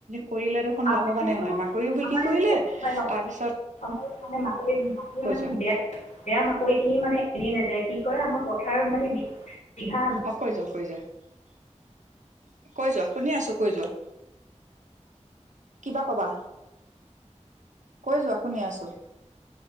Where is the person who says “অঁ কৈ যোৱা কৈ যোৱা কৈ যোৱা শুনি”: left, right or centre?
Right